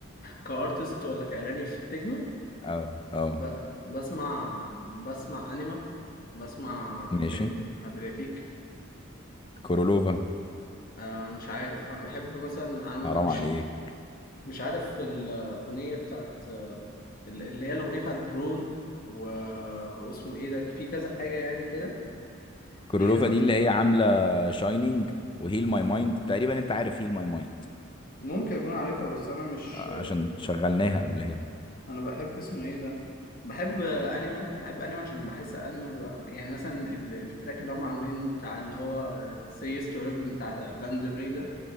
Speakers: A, on the left (about 45°); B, on the left (about 25°).
A: كارتست ولا كاغاني في التكنو
B: اه اه
A: ب... بسمع بسمع انيما بسمع
B: ماشي
A: ادريات ادرياتيك
B: كورولوفا
A: أنا مش عارف أنا بحب مثلا أنا مش
B: حرام عليك
A: مش عارف الأغنية بتاعت اللي هي الأغنية بتاعت درون و... واسمه إيه ده في كذا حاجة يعني كده
B: كورولوفا
A: في كذا
B: دي اللي هي عاملة شاينينج وهيل ماي مايند تقريبا انت عارف هيل ماي مايند
A: ممكن أكون عارفها بس أنا مش
B: عشان شغلناها قبل كده
A: أنا بحب اسمه إيه ده بحب أنيما بحب أنيما عشان بحس أنيما ب... يعني مثلا ال- التراك اللي هم عاملينه بتاع اللي هو Say Yes to Heaven بتاع لاند ري ده